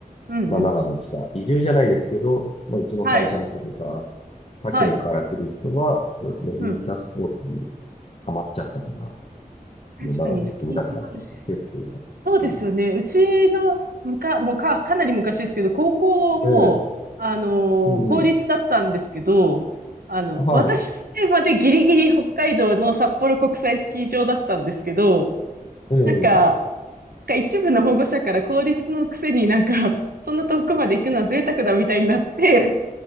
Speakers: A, on the right (about 80°); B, on the left (about 45°).
A: うん、
B: まあ、
A: うん。
B: 長野来た。移住じゃないですけど、まあ、うちの会社の人とか、
A: はい。
B: 他県から来る人は、
A: はい。
B: そうですね、ウィンタースポーツに
A: うん。
B: ハマっちゃったから、
A: 確かにスキー場あるし。
B: もう長野に住みたくなった人結構いますね。
A: そうですよね。
B: は
A: うちのむか、もうか、かなり昔ですけど、高校も、
B: い。ええ、
A: あのー公立だったんですけど、
B: うんうん。
A: あの、
B: はい。
A: 私のまでギリギリ北海道の札幌国際スキー場だったんですけど、
B: ええ、
A: なんか、なんか一部の保護者から公立のくせになんか、<laughs> そんな遠くまで行くのは贅沢だみたいになって、